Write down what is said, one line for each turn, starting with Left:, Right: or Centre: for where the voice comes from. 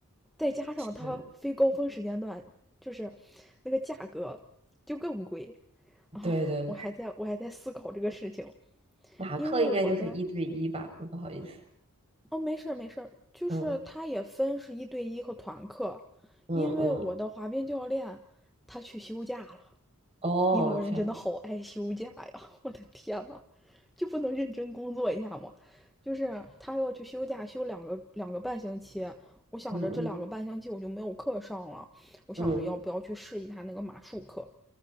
Centre: 再加上他非高峰时间段，
Right: 嗯，
Centre: 就是那个价格就更贵啊！
Right: 对对，
Centre: 我还在我还在思考这个事情，
Right: 马克应该就是一对一吧？
Centre: 因为我的
Right: 嗯不好意思，
Centre: 哦，没事儿没事儿，就是他也分是一对一和团课，
Right: 嗯嗯嗯，
Centre: 因为我的滑冰教练他去休假了。
Right: 哦，
Centre: 英国人真的好爱休假呀！
Right: 这样，
Centre: <laughs> 我的天呐，就不能认真工作一下吗？就是他要去休假，休两个两个半星期。我想着这两个半星期我就没有课上了，
Right: 嗯嗯
Centre: 我想着要不要去试一下那个马术课。
Right: 嗯